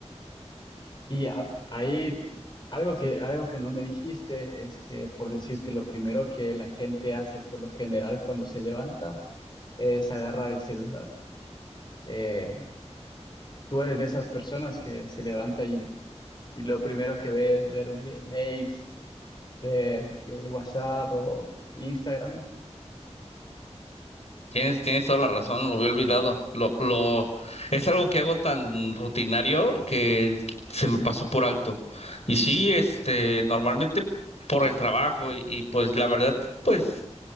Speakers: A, on the left (about 40°); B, on the left (about 65°).
A: Y a- ahí algo que, algo que no me dijiste es que, por decirte, lo primero que la gente hace por lo general cuando se levanta es agarrar el celular. Eh, tú eres de esas personas que se levanta y, y lo primero que ve es ver mi- mails, ver el WhatsApp o Instagram.
B: Tienes, tienes toda la razón, lo había olvidado. Lo, lo, es algo que hago tan rutinario que se me pasó por alto. Y sí, este, normalmente por el trabajo y, y, pues la verdad, pues